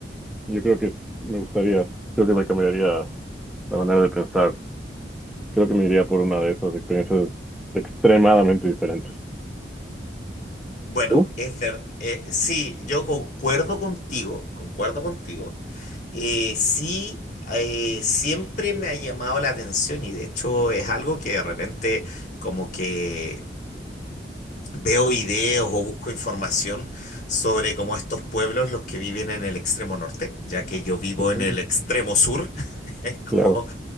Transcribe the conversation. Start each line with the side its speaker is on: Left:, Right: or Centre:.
Centre: yo creo que me gustaría, creo que me cambiaría la manera de pensar. Creo que me iría por una de esas experiencias extremadamente diferentes.
Left: Bueno,
Centre: ¿Tú?
Left: es ver, eh, sí, yo concuerdo contigo, concuerdo contigo. Eh, sí, eh, siempre me ha llamado la atención y de hecho es algo que de repente como que veo videos o busco información sobre como estos pueblos, los que viven en el extremo norte, ya que yo vivo
Centre: Sí,
Left: en el extremo sur, <laughs> es como,
Centre: Claro.